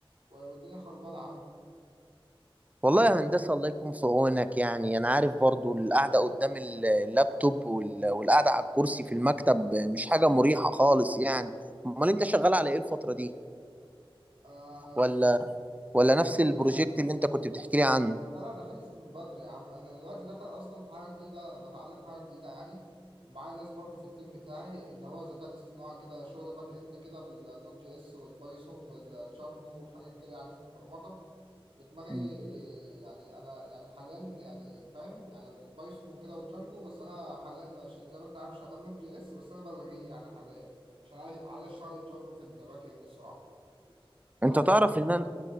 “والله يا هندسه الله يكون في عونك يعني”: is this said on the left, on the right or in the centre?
Right